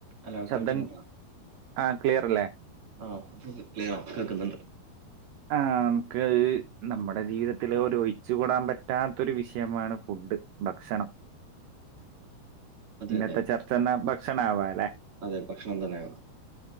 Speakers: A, on the right; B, on the right.
A: അല്ല
B: ശബ്ദം
A: കേൾക്കുന്നുണ്ട
B: ആ ക്ലിയർ അല്ലേ?
A: ആഹ അപ്പ ക്ലറ ആ കേക്കുന്നുണ്ട്
B: ആ് നമുക്ക് നമ്മുടെ ജീവിതത്തിൽ ഒഹിച്ച കൂടാൻ പറ്റാത്തൊരു വിഷയമാണ് ഫുഡ് ഭക്ഷണം
A: അതെ
B: ഇന്നത്തെ
A: അതെ
B: ചർച്ചന്ന ഭക്ഷണ ആവാ അല്ലേ
A: അതെ ഭക്ഷണം തന്നെയാണ്